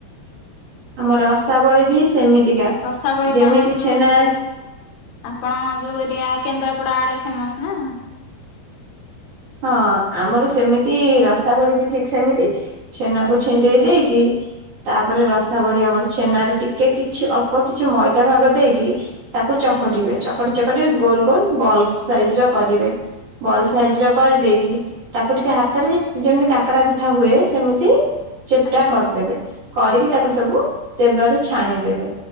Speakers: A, on the right; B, on the left.
A: ଆମ ରସାବଳି ବି ସେମିତିକା
B: ରସାବଳି
A: ଯେମିତି
B: ତ ଆମର ଯୋଉ
A: ଛେନା
B: ଆପଣଙ୍କ ଯୋଉ ଏରିଆ କେନ୍ଦ୍ରାପଡ଼ା ଆଡ଼େ ଫେମସ ନା।
A: ହଁ ଆମର ସେମିତି ରସାବଳି ବି ଠିକ୍ ସେମିତି। ଛେନାକୁ
B: ଆଜ୍ଞା
A: ଛିଣ୍ଡେଇ ଦେଇକି ତାପରେ
B: ଆଜ୍ଞା
A: ରସାବଳି ଆମର ଛେନାରେ ଟିକେ କିଛି ଅଳ୍ପ କିଛି ମଇଦା ଭାଗ ଦେଇକି ତାକୁ
B: ଆଜ୍ଞା
A: ଚକଟିବେ ଚ ଚକଟି ଚକଟି ଗୋଲ ଗୋଲ ବଲବ୍ ସାଇଜର କରିବେ ବଲ୍
B: ଆଜ୍ଞା
A: ସାଇଜର କରିଦେଇକି ତାକୁ ଟିକେ ହାତରେ ଯେମିତି କାକରା ପିଠା ହୁଏ ସେମିତି ଚେପଟା
B: ଆଜ୍ଞା
A: କରିଦେବେ କରିକି ତାକୁ ସବୁ ତେଲରେ ଛାଣିଦେବେ।